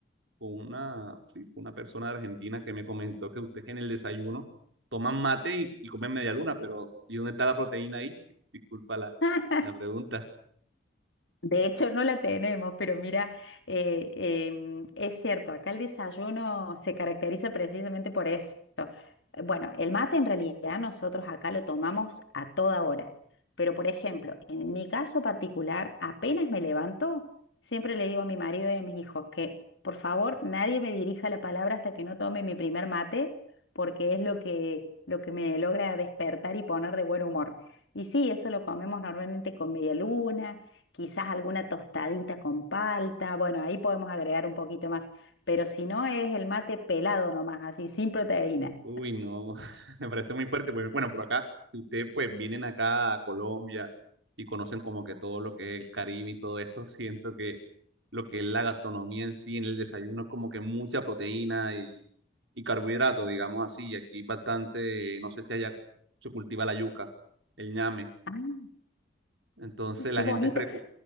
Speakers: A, on the right (about 80°); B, on the left (about 85°).
A: con una, sí, con una persona de Argentina que me comentó que ustedes en el desayuno toman mate y, y comen medialuna, pero ¿y dónde está la proteína ahí? <laughs> Disculpa la,
B: <laughs>
A: la pregunta.
B: De hecho, no la tenemos, pero mira, eh, em, es cierto, acá el desayuno se caracteriza precisamente por eso. Eh, Bueno, el mate en realidad nosotros acá lo tomamos a toda hora, pero por ejemplo, en mi caso particular, apenas me levanto, siempre le digo a mi marido y a mis hijos que por favor nadie me dirija la palabra hasta que no tome mi primer mate, porque es lo que, lo que me logra despertar y poner de buen humor. Y sí, eso lo comemos normalmente con media luna quizás alguna tostadita con palta, bueno, ahí podemos agregar un poquito más, pero si no es el mate pelado nomás, así, sin proteína.
A: Uy, no, <laughs> me parece muy fuerte. porque, bueno, por acá, si ustedes pues vienen acá a Colombia y conocen como que todo lo que es el Caribe y todo eso, <laughs> siento que lo que es la gastronomía en sí, en el desayuno, es como que mucha proteína y, y carbohidrato, digamos así. Y aquí bastante, no sé si allá se cultiva la yuca, el ñame.
B: Ah,
A: Entonces la
B: qué bonito.
A: gente frecu-